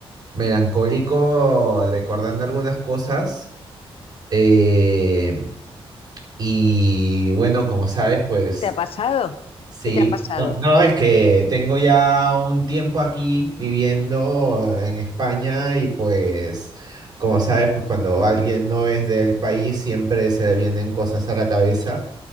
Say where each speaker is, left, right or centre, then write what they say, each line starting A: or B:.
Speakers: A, on the right; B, on the left.
A: melancólico recordando algunas cosas. eh, y bueno, como sabes, pues
B: ¿qué te ha pasado?
A: sí.
B: ¿Qué te ha pasado?
A: No, no, es que tengo ya un tiempo aquí viviendo en España y pues, como sabes, pues cuando alguien no es del país siempre se le vienen cosas a la cabeza.